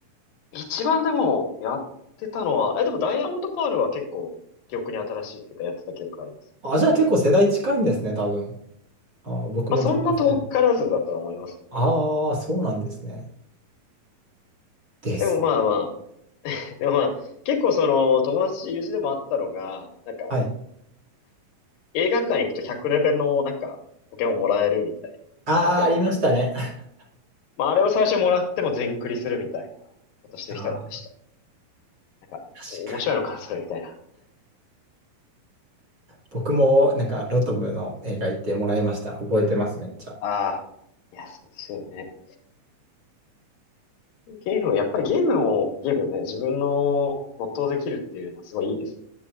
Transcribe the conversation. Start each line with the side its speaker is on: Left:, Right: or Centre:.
Left: 一番でも、やってたのは、え、でもダイヤモンドパールは結構、記憶に新しいっていうか、やってた記憶がありますね。
Right: あ、じゃあ結構世代近いんですね、多分。あ、僕も大体世代。
Left: まあ、そんな遠からずだとは思います
Right: ああ、そうなんですね。です。
Left: ね。でもまあまあ、でもまあ、結構その友達、友人でもあったのが、なんか、
Right: はい。
Left: 映画館行くと100レベルのなんか、ポケモンもらえるみたいなキャンペーンある。
Right: ああ、ありましたね。<laughs>
Left: まあ、あれを最初もらっても全クリするみたいなことしてる人はいました。
Right: ああ、
Left: なんか、
Right: 確
Left: 面白いのかな、それみたいな。
Right: 僕もなんかロトムの映画行ってもらいました。覚えてます、めっちゃ。
Left: ああ、いや、そうですよね。ゲーム、やっぱりゲームを、ゲームね、自分の没頭できるっていうのはすごいいいですよ